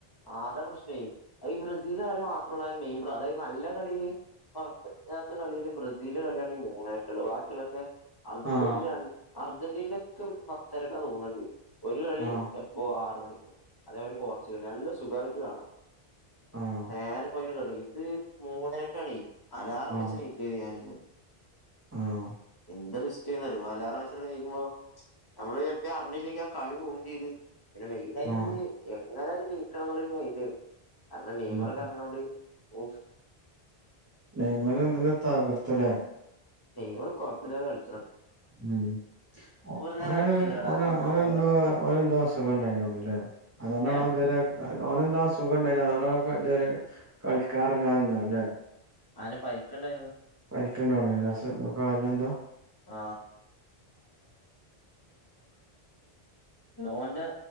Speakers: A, on the left; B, on the right.
A: അതാ പ്രശ്നേ ഈ ബ്രസീല് കളി <unintelligible> മെയിൻ അതായത് നല്ല കളിയിനി ഇപ്പത്തെ കളിയില് ബ്രസീല് കളിയാണെങ്കി മൂന്നരക്കിളള് ബാക്കിയുള്ളൊതൊക്കെ അർജന്റീന
B: ആഹ്
A: ര അർജന്റീ <unintelligible> പത്തരക്കാന്ന് തോന്നണിണ്ട് ഒരു കളി
B: ആഹ്
A: എപ്പോ ആറ് മണിക്ക് അതേമാരി പോർച്ചുഗൽ നല്ല സുഖമായിട്ട് കാണാം
B: ആഹ്
A: നേരം <unintelligible> ഇത് മൂന്നരക്കാ കളി അലാറം
B: ആഹ്
A: വെച്ച് <unintelligible>
B: ആഹ്
A: എന്ത് റിസ്ക് ഒരു അലാറം വെച്ചൊക്കെ നിക്കുമ്പോ നമ്മള് ചിലപ്പോം അറിഞ്ഞില്ലെങ്കി ആ കളി പോവുകേം ചെയ്ത് <unintelligible> മെയിലായിരുന്ന്
B: ആഹ്
A: എങ്ങനേലും നീക്കണം എന്നുള്ളൊരു മൈൻഡാണ് <unintelligible> നെയ്റൊക്കെ
B: ഉം
A: ഇറങ്ങണോണ്ട് ഓഫ്
B: ഡൈമൻ ഇന്നലെ തകർത്തല്ലേ
A: നെയ്മറ് കൊഴപ്പില്ലാതെ കളിച്ച
B: ഉം ഒ
A: നേരം
B: ഓന്
A: ഇറക്കിയില്ലടാ കാരണം
B: ഓന് ഓനെന്തോ
A: ഓവർ
B: ഓനെന്തോ അസുഖണ്ടായി ല്ലെ അതോണ്ടാണോ
A: ഏ
B: ഇതുവരെ <unintelligible> എന്താ അസുഖം ഉണ്ടായി അതുകൊണ്ടൊക്കെ ഇതുവരെെ കളിക്കാനിറങ്ങന്നാല്ലേ
A: ആനെ പരിക്കണ്ടായിന്ന്
B: <unintelligible>
A: <unintelligible> ഓന്റെ